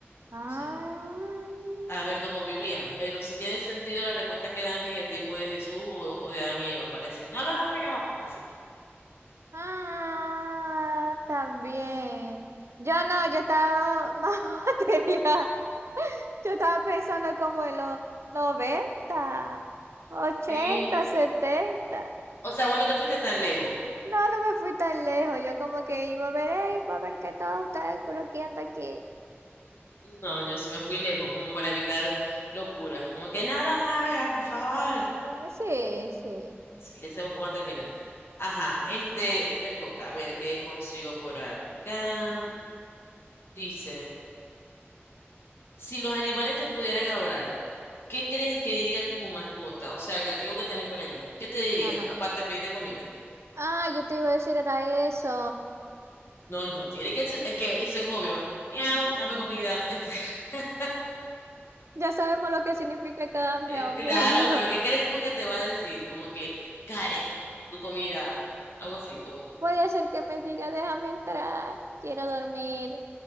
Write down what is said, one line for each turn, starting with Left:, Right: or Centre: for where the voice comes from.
Right: ah,
Left: sea a ver cómo vivían. Pero si tiene sentido la respuesta que dan que en el tiempo de Jesús o, o de Adán y Eva, para decir, no lo hagas, así.
Right: ah, también. Yo no, yo estaba <laughs> más material. Yo estaba pensando como en los noventa ochenta
Left: Sí.
Right: setenta
Left: O sea, bueno, te fuiste tan lejos.
Right: No, no me fui tan lejos. Yo como que iba a ver, "Ey, iba a ver que todos ustedes coloquiando aquí.
Left: No, yo sí me fui lejos, como para evitar locuras. Como que no lo hagas, por favor.
Right: Ah, sí, sí.
Left: Sí, ya sabemos cómo va a terminar. Ajá, este me toca a ver qué consigo por acá. Dice, si los animales te pudieran hablar, ¿qué crees que diría tu mascota? O sea, el gatito que tenés por allí. ¿Qué te diría?
Right: Ajá.
Left: Aparte de pedirte comida.
Right: Ah, yo te iba a decir era eso.
Left: No, no, tiene que, su- es que eso es obvio. Miau, dame comida. Este, <laughs>
Right: Ya sabemos lo que significa cada miau,
Left: eh, Claro,
Right: miau, miau.
Left: pero ¿qué crees tú que te va a decir? Como que, Karen, tu comida. Algo así, como que.
Right: Puede ser que me diga, déjame entrar, quiero dormir,